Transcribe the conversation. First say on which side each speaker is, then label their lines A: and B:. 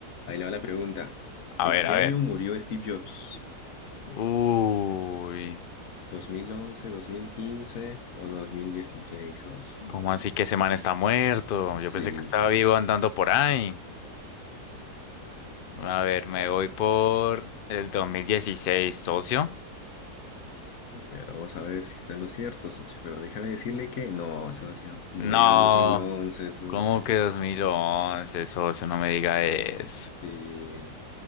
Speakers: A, on the left; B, on the left.
A: Ahí le va la pregunta.
B: A
A: ¿En
B: ver,
A: qué
B: a ver.
A: año murió Steve Jobs?
B: Uy.
A: dos dos mil once, dos mil quince o dos mil dieciséis socio?
B: ¿Cómo así que ese man está muerto? Yo
A: Sí,
B: pensé que estaba
A: socio.
B: vivo andando por ahí. A ver, me voy por el 2016, socio.
A: Bueno, vamos a ver si está en lo cierto, socio. Pero déjame decirle que no, socio. Murió
B: No,
A: en dos mil once socio.
B: ¿cómo que 2011, socio? No me diga eso.
A: Sí.